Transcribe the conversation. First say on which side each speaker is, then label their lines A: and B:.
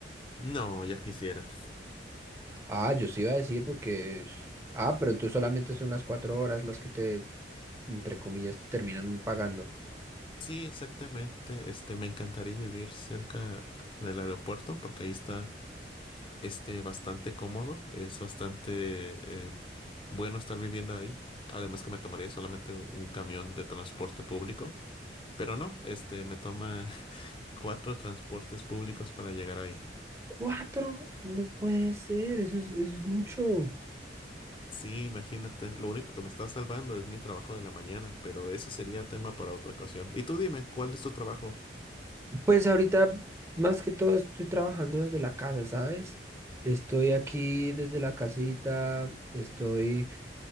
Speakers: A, on the left; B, on the right.
A: No, ya quisiera.
B: Ah, yo sí iba a decir porque, es- ah, pero entonces solamente son las cuatro horas las que te, entre comillas, te terminan pagando.
A: Sí, exactamente. Este, me encantaría vivir cerca del aeropuerto porque ahí está, este, bastante cómodo. Es bastante eh, bueno estar viviendo ahí. Además que me tomaría solamente un camión de transporte público. Pero no, este, me toma cuatro transportes públicos para llegar ahí.
B: Cuatro, no puede ser, eso es, eso es mucho.
A: Sí, imagínate, lo único que me está salvando es mi trabajo de la mañana, pero eso sería tema para otra ocasión. Y tú dime, ¿cuál es tu trabajo?
B: Pues ahorita, más que todo, estoy trabajando desde la casa, ¿sabes? Estoy aquí desde la casita, estoy